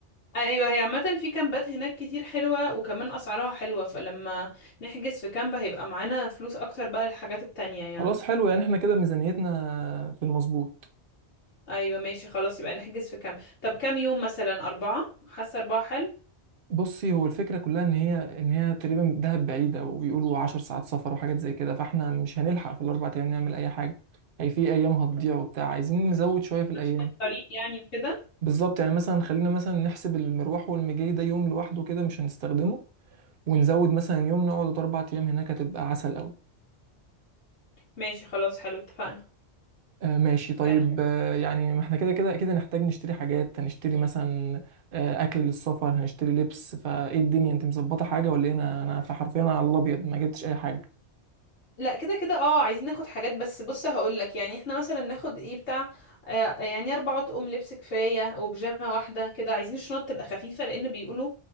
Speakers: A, on the left; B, on the right.
A: ايوه هي عامة في كامبات هناك كتير حلوة وكمان اسعارها حلوة فلما نحجز في كامب هيبقى معانا فلوس اكتر بقى للحاجات التانية يعني
B: خلاص حلو يعني احنا كده ميزانيتنا في المظبوط
A: ايوه ماشي خلاص يبقى نحجز في كامب طب كام يوم مثلا اربعة حاسة اربعة حلو
B: بصي هو الفكره كلها ان هي ان هي تقريبا دهب بعيده وبيقولوا 10 ساعات سفر وحاجات زي كده فاحنا مش هنلحق في الاربع ايام نعمل اي حاجه هي في ايام هتضيع وبتاع عايزين نزود شويه في الايام
A: عشان الطريق يعني وكده
B: بالظبط يعني مثلا خلينا مثلا نحسب المروح والمجي ده يوم لوحده كده مش هنستخدمه ونزود مثلا يوم نقعد أربع أيام هناك هتبقى عسل أوي
A: ماشي خلاص حلو اتفقنا
B: آه ماشي طيب
A: آه،
B: آه يعني ما احنا كده كده أكيد هنحتاج نشتري حاجات هنشتري مثلا آه أكل للسفر هنشتري لبس فإيه الدنيا أنت مظبطة حاجة ولا إيه؟ أنا أنا فحرفيا انا على الأبيض ما جبتش أي حاجة
A: لا كده كده اه عايزين ناخد حاجات بس بص هقول لك يعني احنا مثلا ناخد ايه بتاع آه يعني اربع اطقم لبس كفايه وبيجامه واحده كده عايزين الشنط تبقى خفيفه لان بيقولوا